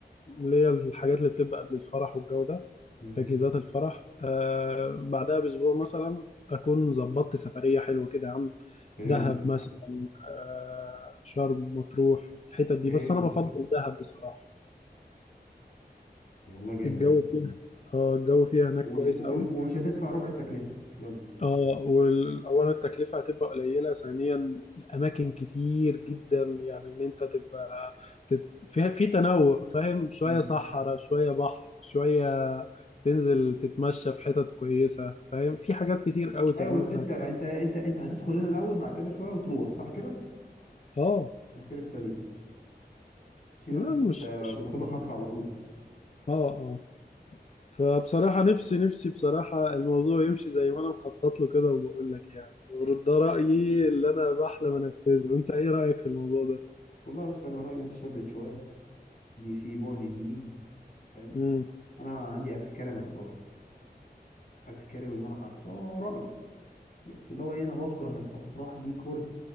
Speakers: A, on the left; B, on the left.
A: اللي هي الحاجات اللي بتبقى قبل الفرح والجو ده
B: مم.
A: تجهيزات الفرح آه بعدها باسبوع مثلا اكون ظبطت سفريه حلوه كده يا عم
B: حلو
A: دهب مثلا آه شرم مطروح الحتت دي
B: حلو
A: بس انا بفضل دهب بصراحه
B: والله جامد
A: الجو
B: يلا.
A: فيها اه الجو فيها هناك
B: ومش
A: كويس
B: و-
A: قوي
B: ومش هتدفع ربع التكلفه يلا
A: اه واولا التكلفه هتبقى قليله ثانيا الاماكن كتير جدا يعني ان انت تبقى تت... فيها في تنوع فاهم شويه
B: مم.
A: صحراء شويه بحر شويه تنزل تتمشى في حتت كويسه فاهم في حاجات كتير قوي تعملها
B: ايوه بس انت
A: في
B: انت انت انت هتدخل هنا الاول بعد كده شويه وتروح صح كده
A: اه
B: تفكيرك سليم في ناس
A: لا
B: بت-
A: أنا مش مش
B: بتاخدها خطف على طول
A: اه آه. فبصراحة نفسي نفسي بصراحة الموضوع يمشي زي ما أنا مخطط له كده وبقول لك يعني ورد ده رأيي اللي أنا بحلم أنفذه أنت إيه رأيك في الموضوع ده؟
B: والله اصلا انا رايي متشدد شويه دي في بعد ديني فاهم
A: مم.
B: انا عندي ارتكاره من الافراح ارتكاره بمعنى حرفي هو رايي بس اللي هو ايه انا بكره الافراح دي كره